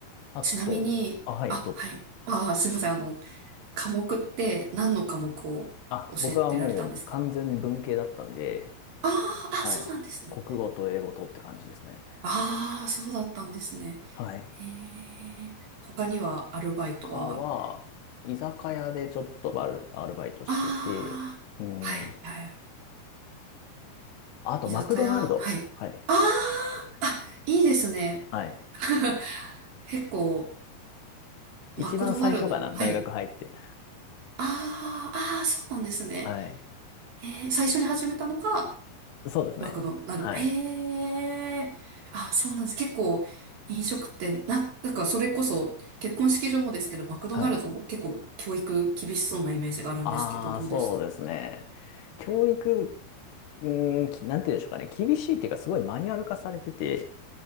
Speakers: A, on the left; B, on the right.
A: あと、
B: ちなみに、
A: あ、はい、
B: あ、
A: ど
B: はい。ああ、すいません。あの、科目って何の科目を教えてられたんですか
A: あ、僕はもう完全に文系だったんで、
B: ああー、
A: はい。
B: あ、そうなんですね。
A: 国語と英語とって感じですね。
B: ああ、そうだったんですね。
A: はい。
B: へえ。他にはアルバイトは、
A: 他は、居酒屋でちょっとバル、アルバイトしてて、
B: ああ、
A: う
B: はい、
A: ん。
B: はいはい。
A: あと、
B: 居酒屋、
A: マクドナルド。
B: はい。
A: はい。
B: ああ、あ、いいですね。
A: はい。
B: <laughs> 結構、
A: 一番最初かな、
B: マクドナルド、はい。
A: 大学入って。
B: ああ、ああ、そうなんですね。
A: はい。
B: えー、最初に始めたのが、
A: そうですね。
B: まあ、この、なる。
A: はい。
B: へえ。あ、そうなんです。結構、飲食店、な、なんかそれこそ、結婚式場もですけど、マクドナルドも結構教育厳しそうなイメージがあるんですけど、
A: はい。ああ、
B: どうでした
A: そうですね。教育、うん、きなんて言うんでしょうかね。厳しいっていうか、すごいマニュアル化されてて、